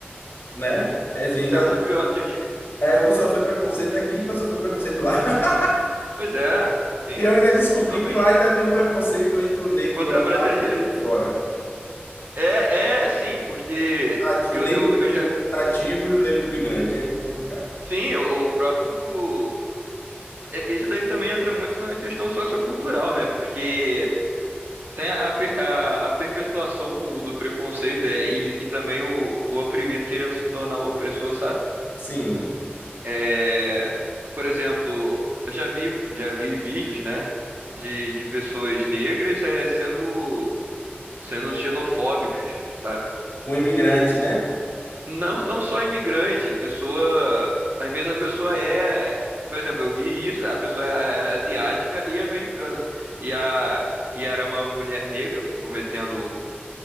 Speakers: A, on the left (about 60°); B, on the right (about 55°).
A: né? É assim, eu já,
B: É muito pior do que aqui.
A: é, eu vou sofrer preconceito aqui para sofrer preconceito lá. <laughs>
B: Pois é, sim,
A: E eu ainda descobri
B: totalmente.
A: que lá ainda tem um preconceito entre o negro
B: Contra
A: local
B: a brasileira.
A: e o negro de fora.
B: <laughs> É, é, sim, porque
A: nat- o
B: eu,
A: negro
B: eu, eu
A: que ele
B: já.
A: chama de nativo e o negro imigrante. É complicado.
B: Sim, o próprio. e- Isso daí também entra muito na questão sociocultural, né? Porque Tem a, per- a, a perpetuação do, do preconceito é, e, e também o, o oprimido querendo se tornar o opressor, sabe?
A: Sim,
B: É, por exemplo, eu já vi, já vi vídeos, né, de, de pessoas negras é, sendo, sendo xenofóbicas, sabe?
A: com imigrantes, né?
B: Não, não só imigrante, a pessoa. Às vezes a pessoa é. Por exemplo, eu vi isso, a pessoa era era asiática e americana. E, a, e era uma mulher negra cometendo.